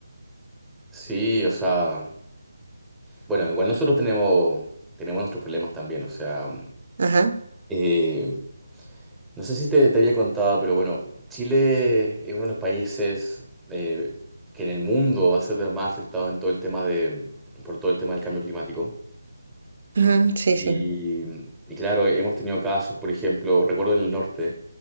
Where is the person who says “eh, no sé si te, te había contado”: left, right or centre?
Centre